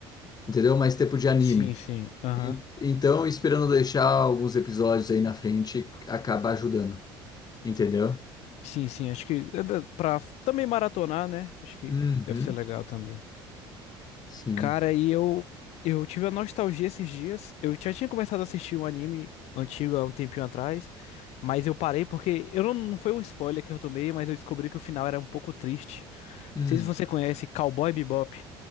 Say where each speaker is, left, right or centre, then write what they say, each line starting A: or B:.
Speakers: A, on the left; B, on the left.
A: entendeu? Mais tempo de anime.
B: Sim, sim. Aham.
A: En- Então, esperando deixar alguns episódios aí na frente, acaba ajudando, entendeu?
B: Sim, sim. Acho que é da- pra também maratonar, né? Acho que
A: Uhum.
B: deve ser legal também.
A: Sim.
B: Cara, e eu, eu tive a nostalgia esses dias. Eu já tinha começado a assistir um anime antigo há um tempinho atrás, mas eu parei porque eu não, não foi um spoiler que eu tomei, mas eu descobri que o final era um pouco triste.
A: Hum.
B: Não sei se você conhece Cowboy Bebop.